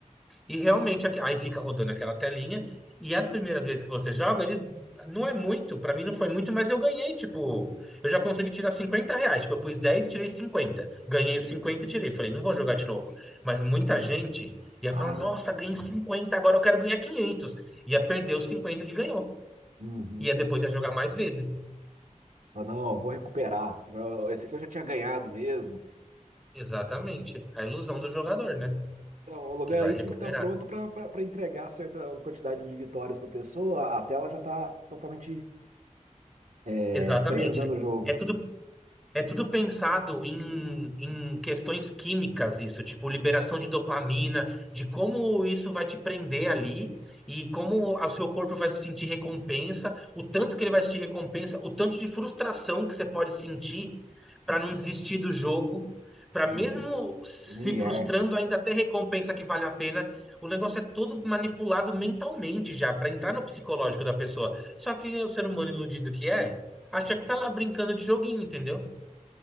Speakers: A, in the centre; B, on the right.
A: E realmente aqui- aí fica rodando aquela telinha. E as primeiras vezes que você joga, eles não é muito, pra mim não foi muito, mas eu ganhei, tipo, eu já consegui tirar 50 reais. Tipo, eu pus 10 e tirei cinquenta Ganhei os 50 e tirei. Falei, não vou jogar de novo. Mas muita gente ia
B: Ah,
A: falar, nossa,
B: vai-
A: ganhei cinquenta agora eu quero ganhar quinhentos Ia perder os 50 que ganhou.
B: uhum.
A: Ia depois ia jogar mais vezes.
B: Ah, não, eu vou recuperar. Já- Esse aqui eu já tinha ganhado mesmo.
A: Exatamente. A ilusão do jogador, né?
B: Então, o logaritmo
A: Que vai recuperar.
B: que está pronto para entregar certa quantidade de vitórias para a pessoa, a tela já está totalmente é,
A: Exatamente.
B: presa no jogo.
A: É tudo É tudo pensado em, em questões químicas, isso, tipo liberação de dopamina, de como isso vai te prender ali e como o seu corpo vai se sentir recompensa, o tanto que ele vai sentir recompensa, o tanto de frustração que você pode sentir para não desistir do jogo, para
B: Uhum.
A: mesmo se
B: Limiar.
A: frustrando ainda ter recompensa que vale a pena. O negócio é todo manipulado mentalmente já, para entrar no psicológico da pessoa. Só que o ser humano iludido que é, acha que tá lá brincando de joguinho, entendeu?